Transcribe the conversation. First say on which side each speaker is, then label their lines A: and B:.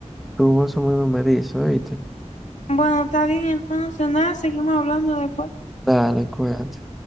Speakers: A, in the centre; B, on the left.
A: tú más o menos me dices, oíste.
B: Bueno, está bien, entonces nada, seguimos hablando después.
A: Dale, cuídate.